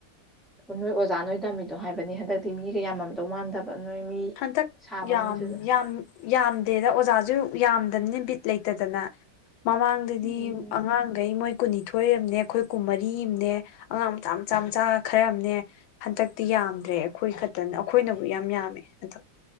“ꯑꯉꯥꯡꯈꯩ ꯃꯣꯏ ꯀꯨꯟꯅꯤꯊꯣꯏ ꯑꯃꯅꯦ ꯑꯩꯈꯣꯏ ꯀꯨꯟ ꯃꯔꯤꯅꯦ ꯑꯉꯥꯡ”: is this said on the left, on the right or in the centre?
Left